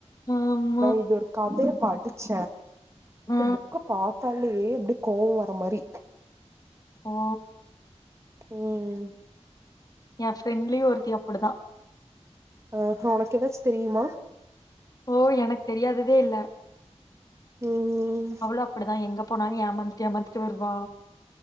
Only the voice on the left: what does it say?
ஆமா.
ஆ.
ஓ
எ ஃப்ரெண்ட்லியு ஒருத்தி அப்படிதா
ஓ எனக் தெரியாததே இல்ல
அவளு அப்படிதா எங்க போனாலு ஏமாந்துட்டு ஏமாந்துட்டு வருவா